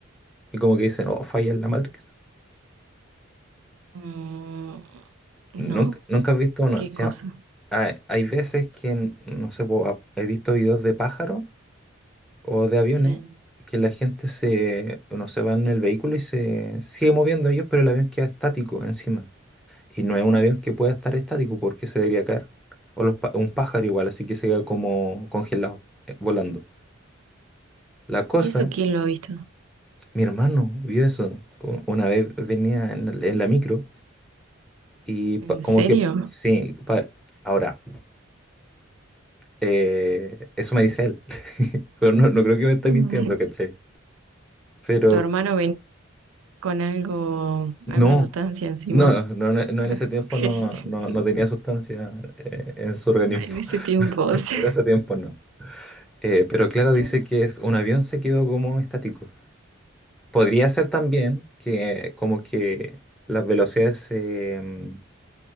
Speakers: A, in the centre; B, on the right.
A: Y como que dicen, oh, falla en la Matrix.
B: Mm, no,
A: Nunca, nunca has visto una.
B: qué
A: Ya,
B: cosa.
A: hay, hay veces que, no sé, po, ha- he visto videos de pájaros o de aviones
B: Sí.
A: que la gente se, no se va en el vehículo y se sigue moviendo ellos, pero el avión queda estático encima. Y no es un avión que pueda estar estático porque se debería caer. O los, pa- un pájaro igual, así que se queda como congelado, eh, volando. La cosa,
B: ¿Y eso quién lo ha visto?
A: mi hermano vio eso. U- Una vez venía en el- en la micro. Y pa-
B: ¿En
A: como
B: serio?
A: que,
B: <laughs>
A: sí, pa- ahora, eh, eso me dice él, <laughs> pero no, no creo que me esté
B: Mm.
A: mintiendo, ¿cachai? Pero
B: ¿Tu hermano venía con algo,
A: no,
B: alguna sustancia encima?
A: no, no, no no
B: Ah,
A: en ese tiempo
B: ok.
A: no, no, no
B: <laughs>
A: tenía sustancia eh, en su organismo,
B: En ese tiempo,
A: <laughs>
B: o
A: en
B: sea.
A: ese tiempo no. Eh, pero claro, dice
B: <laughs>
A: que es, un avión se quedó como estático. Podría ser también que como que las velocidades se mm,